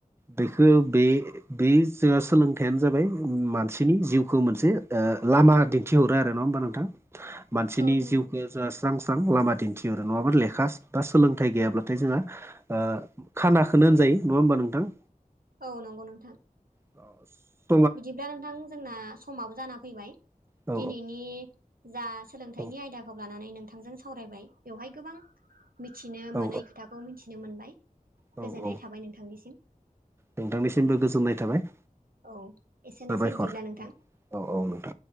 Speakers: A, on the right; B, on the right.
A: बेखौ बे बे जोंहा सोलोंथायआनो जाबाय मानसिनि जिउखौ मोनसे ओ लामा दिन थिहरो आरो नङा होमबा नोंथां मानसिनि
B: औ नंगौ
A: जिउखौ जोंहा स्रां स्रां लामा दिन्थिहरो नङाबा लेखा बा सोलोंथाइ गैयाब्लाथाय जोंहा ओ खानाखोनो होनजायो नङा होमबा नोंथां?
B: औ नंगौ नोंथां।
A: दस <unintelligible>
B: बिदिब्ला नोंथां जोंना समाबो जाना फैबाय
A: औ
B: दिनैनि जा सोलोंथाइनि
A: औ
B: आयदाखौ लानानै नोंथांजों सावरायबाय बेवहाय गोबां मिथिनो
A: औ
B: मोनै खोथा खौ मिथिनो मोनबाय
A: औ
B: गोजोननाय
A: औ
B: थाबाय नोंथांनिसिम
A: नोंथांनिसिमबो गोजोननाय थाबाय
B: औ एसेनोसै
A: साबायखर
B: बिदिब्ला नोंथां
A: औ
B: औ
A: नोंथां